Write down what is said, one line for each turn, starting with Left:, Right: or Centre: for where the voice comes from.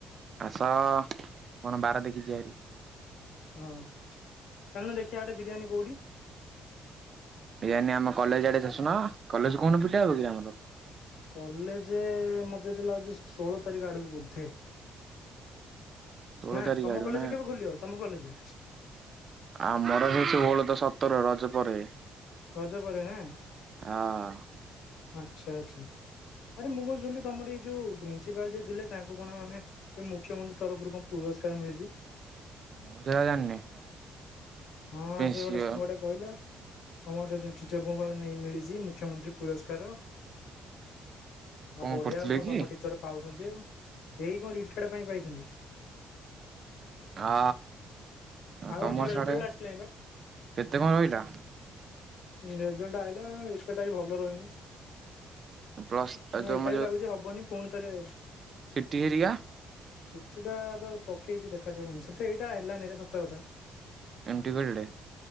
Right: ଆସ, କଣ ବାର ଦେଖି ଯିବା ହାରି।
Left: ହଉ। ଚାଲୁନ ଦେଖିବା ଗୋଟେ ବିରିୟାନୀ କୋଉଠି?
Right: ବିରିୟାନୀ ଆମ କଲେଜ ଆଡେ ଆସୁନ, କଲେଜ କୋଉନ ଫିଟା ହବ କି ଆମର?
Left: କଲେଜେ ମତେ ଯେତେ ଲାଗୁଛି, ସେଇ ଷୋଳ ତାରିଖ ଆଡକୁ ବୋଧେ।
Right: ଷୋହଳ
Left: ନାଁ।
Right: ତାରିଖ
Left: ତମ
Right: ଆଡୁ
Left: କଲେଜେ
Right: ନା
Left: କେବେ ଖୋଲିବ, ତମ କଲେଜେ?
Right: ଆମର ସେଇ ଷୋହଳ ତ ସତର, ରଜ ପରେ।
Left: ରଜ ପରେ ନାଁ?
Right: ହଁ।
Left: ଆଚ୍ଛା ଆଚ୍ଛା। ଆରେ ମୁଁ କଣ ଶୁଣିଲି ତମର ଏଇ ଯୋଉ, ପ୍ରିନ୍ସିପାଲ ଯିଏ ଥିଲେ ତାଙ୍କୁ କଣ ମାନେ ଏ ମୁଖ୍ୟମନ୍ତ୍ରୀ ତରଫରୁ କଣ ପୁରସ୍କାର ମିଳିଛି।
Right: ମୁଁ ତ ହେରା ଜାଣିନି।
Left: ହଁ,
Right: ପେନ୍ସିଅ
Left: ସିଏ ଗୋଟେ ସାଙ୍ଗଟେ କହିଲା, ତମର ଗୋଟେ ଟି-ଟିଚରଙ୍କୁ ପା ନେଇ ମିଳିଛି, ମୁଖ୍ୟମନ୍ତ୍ରୀ ପୁରସ୍କାର। ଆଛା
Right: କଣ
Left: ଆଉ ବଢିଆ
Right: କରୁଥିଲେ
Left: ଆଉ କଣ
Right: କି?
Left: ତମ ଟିଚର ପାଉଛନ୍ତି ଆଉ। ଏଇ କଣ ରିଟାୟାର୍ଡ ପାଇଁ ପାଇଛନ୍ତି। <unintelligible>
Right: ଆ, ଆଉ ତମର
Left: ଆମ ରେଜଲ୍ଟ
Right: ସାଡେ,
Left: ଆସିଲାଣି ବା।
Right: କେତେ କଣ ରହିଲା?
Left: ରେଜଲ୍ଟ ଆଇଲା, ଏତେଟା ବି ଭଲ ରହିନି।
Right: ପ୍ଲସ୍
Left: ନାଁ
Right: ତମ
Left: ଏଇଟା ବି ଲାଗୁଛି ହବନି, ପୁଣିଥରେ
Right: ସି ଟି ହେରିକା
Left: ସି ଟିଟା ତ ପକେଇଛି ଦେଖାଯାଉ କଣ ହଉଚି? ସତରେ ଏଇଟା ହେଲାନିରେ ସତ କଥା।
Right: <unintelligible>